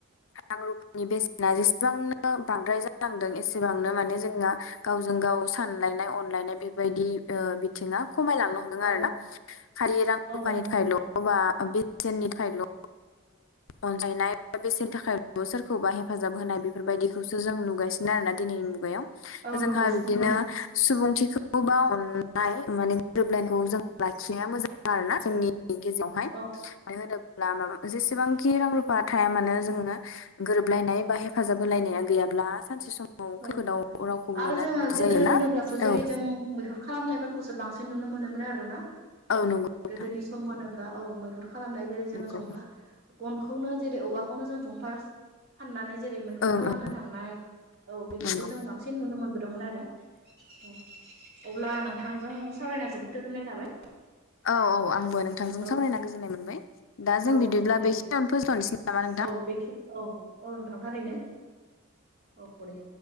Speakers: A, on the left; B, on the right.
A: रां रुफानि बेसेना जेसेबांनो बांद्राय जालांदों एसेबांनो माने जोंना गावजों गाव सानलायनाय अनलायनाय बेबायदि बिथिङा खमायलांनो हम
B: औ
A: दों आरो
B: औ
A: ना खालि रां
B: औ
A: रुफानि
B: नंगौ
A: थाखायल' अब्ला बेसेननि थाखायल' अनजायनाय बेसेन नि थाखायल' सोरखौबा हेफाजाब होनाय बेफोरबायदिखौसो जों नुगासिनो आरो ना दिनैनि मुगायाव।
B: औ
A: जोंहा
B: नुगासिनो
A: बिबदिनो
B: औ
A: सुबुंथिखौ बा अननाय माने गोरोबलायनायखौ जों लाखिनाया मोजां आरो ना जोंनि जोंनि गेजेरावहाय
B: औ
A: मानो होनोब्ला माबा जेसेबांखि रां रुफा थाया मानो जोङो गोरोबलायनाय बा हे हेफाजाब होलायनाया
B: औ
A: गैयाब्ला सानसे समाव
B: औ
A: खैफोदाव रावखौबो
B: आरो
A: मोना
B: जोङो
A: बिदि
B: गोदो
A: जायोना
B: होनोब्लाथ' जेरै
A: औ।
B: जों मैहुर खालामनायफोरखौसो बांसिन नुनो मोनोमोनो आरो ना।
A: औ नंगौ। नोंथां
B: गोदोनि सम होनोब्ला औ मैहुर खालामनाय जेरै जों
A: नंगौ
B: जंफा गनखौनो जेरै औवाखौनो जों जंफार फाननानै जेरै मैहुर
A: ओं
B: खालामनो
A: ओं
B: थांनाय औ बेफोरखौ
A: नंगौ
B: जों बांसिन नुनो मोनबोदोंमोन आरो औ। अब्ला नोंथांजों सावरायनाय जोबोद गोजोननाय थाबाय।
A: औ औ आंबो नों नोंथांजों
B: औ
A: सावरायना
B: नोंथां
A: गोजोननाय मोनबाय दा
B: औ
A: जों बिदिब्ला
B: औ दे
A: बेखिनियावनो फोजोबथ'नोसै नामा नोंथां।
B: औ बेखे औ औ नोंथां थारैनो औ दे।